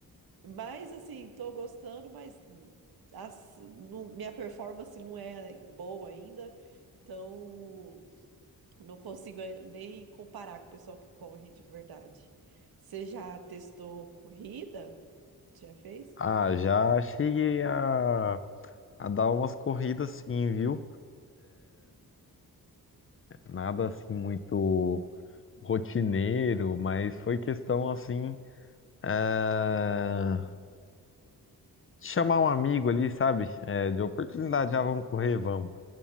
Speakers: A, on the right (about 80°); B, on the left (about 35°).
A: mas assim, tô gostando, mas hum, as- não- minha performance não é boa ainda. Então, não consigo eh, nem comparar com o pessoal que corre de verdade. Você já testou corrida? Já fez?
B: Ah, já cheguei a a dar umas corridas sim, viu? Nada assim muito rotineiro, mas foi questão assim, eh, de chamar um amigo ali, sabe? Eh, de oportunidade, já vamos correr, vamos.